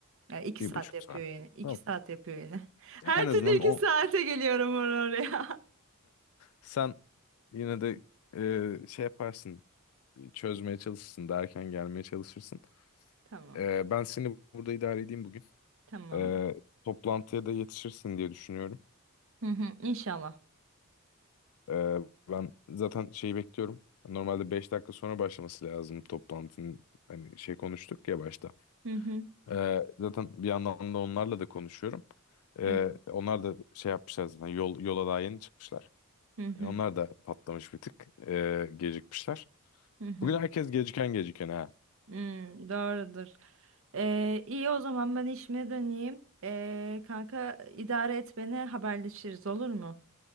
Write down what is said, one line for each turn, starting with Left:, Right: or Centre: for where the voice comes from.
Right: Yani iki
Left: Bir
Right: saat
Left: buçuk
Right: yapıyor
Left: saat.
Right: yine. iki
Left: Tamam.
Right: saat yapıyor yine. <laughs> Her
Left: En azından
Right: türlü iki
Left: o
Right: saate geliyorum or- oraya.
Left: sen yine de e, şey yaparsın, çözmeye çalışırsın, daha erken gelmeye çalışırsın.
Right: <laughs> Tamam.
Left: Ee, ben seni burada idare edeyim bugün.
Right: Tamam.
Left: Ee, toplantıya da yetişirsin diye düşünüyorum.
Right: Hı hı, İnşallah.
Left: Ee, ben zaten şeyi bekliyorum. Normalde 5 dakika sonra başlaması lazım toplantının. Hani şey konuştuk ya başta.
Right: Hı hı.
Left: Ee, zaten bir yandan da onlarla da konuşuyorum. Ee,
Right: Hı
Left: onlar da şey yapmışlar zaten. Yol, yola daha yeni çıkmışlar.
Right: hı.
Left: E, onlar da patlamış bir tık. Ee, gecikmişler.
Right: Hı hı.
Left: Bugün herkes geciken geciken ha.
Right: Hmm, doğrudur. Ee, iyi o zaman ben işime döneyim. Ee, kanka idare et beni haberleşiriz olur mu?